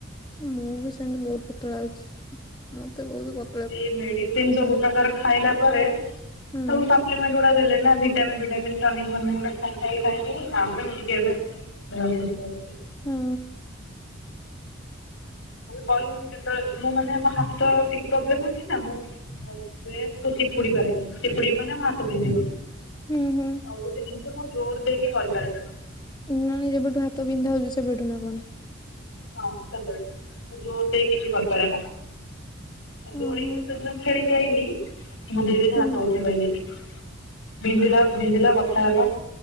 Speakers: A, on the left; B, on the left.
A: ମୁଁ ବି ସେମ୍ତି ବୋହୁତ୍ ପତଳା ଅଛି ମତେ ବୋହୁତ୍ ପ
B: ଏ ମେଡିସିନ୍ ସବୁ ପ୍ରକାର ଖାଇଲା ପରେ
A: ହୁଁ
B: ସବୁ ତ <unintelligible> ଦେଲେ ନା ଭିଟାମିନ୍ ଫିଟାମିନ୍ ଟନିଙ୍କ୍ ଫନିଙ୍କ୍ ଖାଇ ଖାଇି କା ତାପରେ ମୁଁ ଟିକେ ଏବେ <unintelligible>
A: ହୁଁ।
B: କହିଲୁ କେତେବେଳେ ମୁଁ ମାନେ ମୋ ହାତ ଟିକେ ପ୍ରୋବ୍ଲେମ ଅଛି ନା ମୁଁ ଡ୍ରେସ୍ କୁ ଚିପୁଡ଼ି ପାରେନି ଚିପୁଡିମି ମାନେ ମୋଁ ହାତ ବିନ୍ଧିବ।
A: ହୁଁ ହୁଁ।
B: ଆଉ ଗୋଟେ ଜିନିଷ ଜୋର୍ ଦେଇକି କରିପାର୍
A: ନାଁ ଯେବେଠୁ ହାତ ପିନ୍ଧା ହଉଚି ସେବେଠୁ ନା କଣ।
B: ହଁ ସେବେଠୁ ମୁଁ ଜୋର୍ ଦେଇ କିଛି କରିପାରେନା।
A: ହୁଁ
B: ଦୋଳି
A: ହୁଁ
B: ସେଦିନ ଖେଳିକି ଆଇଲି ମୁଦେ ହେଇଯାଇଚି
A: ହୁଁ
B: ହାତ ଉଠେ ପାଇଲିନି। ବିନ୍ଧିଲା ବିନ୍ଧିଲା ବଥା ହେଲା